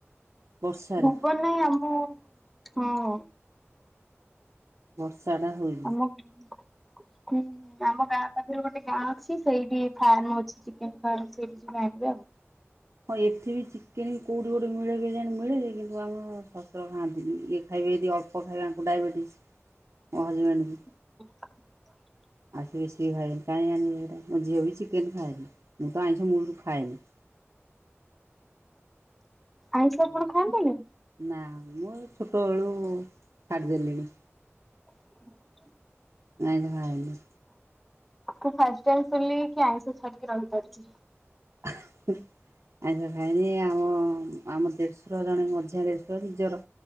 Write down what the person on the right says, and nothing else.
ବର୍ଷାରେ
ବର୍ଷା ଟା ହଉଛି।
ହୋଇଥି। ଚିକେନ୍ ବି କୋଉଠୁ ଗୋଠେ ମିଳେ ବିରିଆଣି ମିଳେ କିନ୍ତୁ ଆମର ଶଶୁର ଖାଆନ୍ତିନି ଇଏ ଖାଇବେ ଯଦି ଅ କ ଖାଇବେ ୟାଙ୍କୁ ଡାଇବେଟିସ୍ ମୋ ହଜବେଣ୍ଡଙ୍କୁ।
ଆଜି ବେଶି ଖାଇବେନି କାଇଁ ଆଣିବେ ଗୋଟେ ମୋ ଝିଅ ବି ଚିକେନ ଖାଏନି। ମୁଁ ତ ଆଇଁସ ମୂଳୁରୁ ଖାଏନି।
ଆଉ
ନା ମୁଁ ଛୋଟ ଓଳୁ ଛାଡିଦେଲିଣି।
ନାଇନି ଭାରିନି।
<inaudible> ଆଇଁଷ ଖାଏନି ଆମ ଆମ ଦେଢ଼ଶୁର ଜଣେ ମଝିଆ ଦେଢଶୁର ନିଜର।